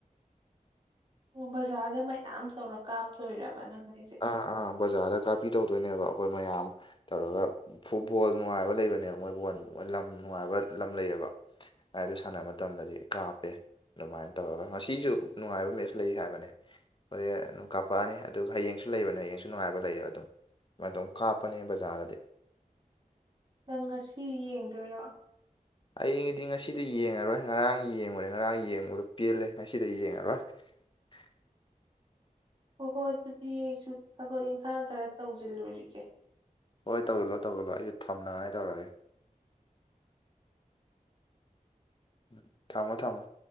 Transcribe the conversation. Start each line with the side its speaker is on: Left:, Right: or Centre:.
Right: ꯑꯣ ꯕꯖꯥꯔꯗ ꯃꯌꯥꯝ ꯇꯧꯔ ꯀꯥꯞꯇꯣꯏꯔꯕ ꯅ ꯍꯥꯏ ꯑꯩꯁꯦ
Left: ꯑꯥ ꯑꯥ ꯕꯖꯥꯔꯗ ꯀꯥꯞꯄꯤ ꯇꯧꯗꯣꯏꯅꯦꯕ ꯑꯩꯈꯣꯏ ꯃꯌꯥꯝ ꯇꯧꯔꯒ ꯐꯨꯠꯕꯣꯜ ꯅꯨꯡꯉꯥꯏꯕ ꯂꯩꯕꯅꯦꯕ ꯃꯣꯏ ꯜ ꯂꯝ ꯅꯨꯡꯉꯥꯏꯕ ꯂꯝ ꯂꯩꯌꯦꯕ ꯍꯥꯏꯗ ꯁꯥꯟꯅꯕ ꯃꯇꯝꯗꯗꯤ ꯀꯥꯞꯄꯦ ꯑꯗꯨꯃꯥꯏꯅ ꯇꯧꯔꯒ ꯉꯁꯤꯁꯨ ꯅꯨꯡꯉꯥꯏꯕ ꯃꯦꯠꯁ ꯂꯩ ꯍꯥꯏꯕꯅꯦ ꯍꯣꯔꯦꯟ ꯑꯗꯨꯝ ꯀꯥꯞꯄꯛꯑꯅꯤ ꯑꯗꯨꯒ ꯍꯌꯦꯡ ꯁ ꯂꯩꯕꯅꯦ ꯍꯌꯦꯡꯁꯨ ꯅꯨꯡꯉꯥꯏꯕ ꯂꯩ ꯑꯗꯨꯝ ꯁꯨꯃꯥꯏꯅ ꯇꯧꯝ ꯀꯥꯞꯄꯅꯦ ꯕꯖꯥꯔꯗꯗꯤ
Right: ꯅꯪ ꯉꯁꯤ ꯌꯦꯡꯗꯣꯏꯔꯣ
Left: ꯑꯩꯒꯤꯗꯤ ꯉꯁꯤꯗ ꯌꯦꯡꯉꯔꯣꯏ ꯉꯔꯥꯡ ꯌꯦꯡꯉꯨꯔꯦ ꯉꯔꯥꯡ ꯌꯦꯡꯕꯗꯣ ꯄꯦꯜꯂꯦ ꯉꯁꯤꯗ ꯌꯦꯡꯉꯔꯣꯏ <unintelligible>
Right: ꯍꯣꯏ ꯍꯣꯏ ꯑꯗꯨꯗꯤ ꯑꯩꯁꯨ ꯊꯕꯛ ꯏꯪꯈꯥꯡ ꯈꯔ ꯇꯧꯁꯤꯜꯂꯨꯔꯤꯒꯦ
Left: ꯍꯣꯏ ꯇꯧꯤꯜꯂꯣ ꯇꯧꯕꯤꯂꯣ ꯑꯩꯁꯨ ꯊꯝꯅꯉꯥꯏ ꯇꯧꯔꯒꯦ ꯎꯝ ꯊꯝꯃꯣ ꯊꯝꯃꯣ